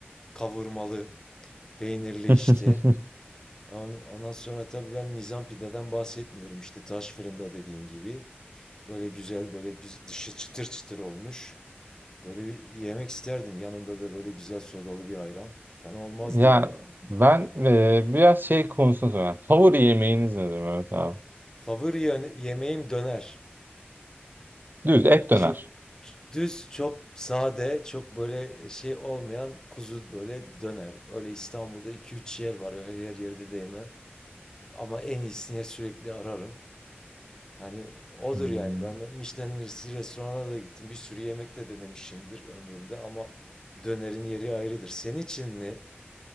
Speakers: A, on the left; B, on the right.
A: kavurmalı, peynirli
B: <laughs>
A: işte. On- Ondan sonra tabii ben Nizam pideden bahsetmiyorum. İşte taş fırında dediğin gibi. Böyle güzel, böyle güz dışı çıtır çıtır olmuş. Böyle bir yemek isterdim. Yanında da böyle güzel sodalı bir ayran. Fena olmazdı
B: Ya
A: yani.
B: ben e, biraz şey konusunda soruyorum. Favori yemeğiniz nedir Mehmet abi?
A: Favori yöne- yemeğim döner.
B: Düz et
A: Çok
B: döner.
A: düz, çok sade, çok böyle e, şey olmayan kuzu böyle döner. Öyle İstanbul'da iki üç yer var. Öyle her yerde de yemem. Ama en iyisini sürekli ararım. Yani odur
B: Hmm.
A: yani. Ben Michelin restorana da gittim. Bir sürü yemek de denemişimdir ömrümde ama dönerin yeri ayrıdır. Senin için ne?